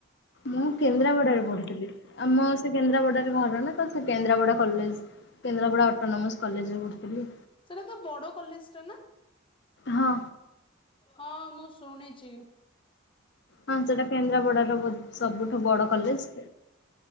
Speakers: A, on the left; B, on the left.
A: ମୁଁ କେନ୍ଦ୍ରାପଡାରେ ପଢ଼ିଥିଲି ଆମ ସେ କେନ୍ଦ୍ରାପଡାରେ ଘର ନା ତ ସେ କେନ୍ଦ୍ରାପଡା କଲେଜ। କେନ୍ଦାପଡା ଅଟୋନମୋସ କଲେଜରେ ପଢୁଥିଲି।
B: ସେଇଟା ତ ବଡ କଲେଜ ଟା ନା?
A: ହଁ
B: ହଁ ମୁଁ ଶୁଣିଛି।
A: ହଁ ସେଟା କେନ୍ଦ୍ରାପଡାର ବୋଧେ ସବୁଠୁ ବଡ କଲେଜ।